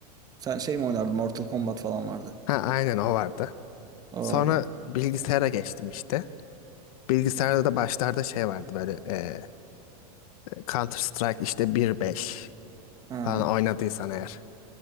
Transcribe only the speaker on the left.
Ha aynen o vardı.
Sonra
bilgisayara geçtim işte. Bilgisayarda da başlarda şey vardı böyle e, Counter Strike işte 1.5
falan oynadıysan eğer